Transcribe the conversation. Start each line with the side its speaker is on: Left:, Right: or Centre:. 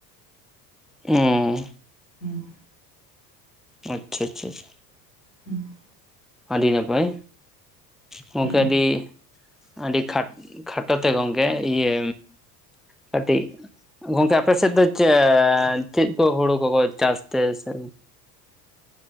Centre: ᱦᱩᱸ
Left: ᱦᱮᱸ
Centre: ᱟᱪᱼᱪᱷᱟ ᱪᱷᱟ ᱪᱷᱟ
Left: ᱦᱩᱸ <inaudible>
Centre: ᱟᱰᱤ ᱱᱟᱯᱟᱭ ᱜᱚᱢᱠᱮ
Left: ᱦᱩᱸ
Centre: ᱟᱹᱰᱤ ᱟᱹᱰᱤ ᱠᱷᱟᱴᱚ ᱛᱮ ᱜᱚᱢᱠᱮ ᱤᱭᱟᱹ ᱠᱟᱹᱴᱤᱡ ᱜᱚᱝᱠᱮ ᱟᱯᱮ ᱥᱮᱫ ᱫᱚ ᱪᱮᱻ ᱪᱮᱫ ᱠᱚ ᱦᱩᱲᱩ ᱠᱚᱠᱚ ᱪᱟᱥ ᱛᱮ ᱥᱮ